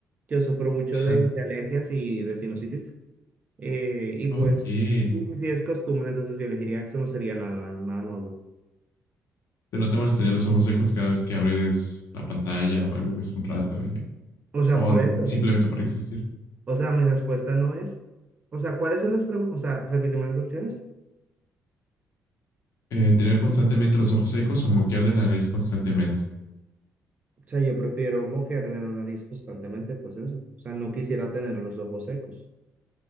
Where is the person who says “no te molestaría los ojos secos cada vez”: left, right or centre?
Left